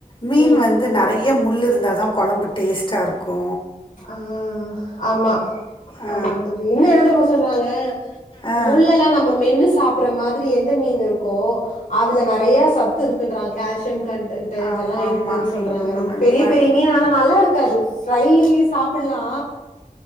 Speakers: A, on the left (about 40°); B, on the left (about 75°).
A: மீன்
B: ம்
A: வந்து நெறைய முள் இருந்தா தா கொழம்பு டேஸ்ட்டா இருக்கு
B: ஆ ஆமா
A: ஆ
B: ஆமா தோழி இன்னு என்ன தெரியுமா சொல்றாங்க க
A: ஆ
B: முள்ளல்லா நம்ம மென்னு சாப்பற மாதிரி எந்த மீன் இருக்கோ அதுல நெறைய சத்து இருக்குன்றாங்க கால்சியம் கன்ன்ட் இதெல்லா
A: ஆமா
B: இருக்குன்னு
A: ஆமா
B: சொல்றாங்க
A: ம்
B: நம்ம பெரிய
A: உண்ம
B: பெரிய மீன் ஆனா நல்லா இருக்காது ஃப்ரை சாப்பலா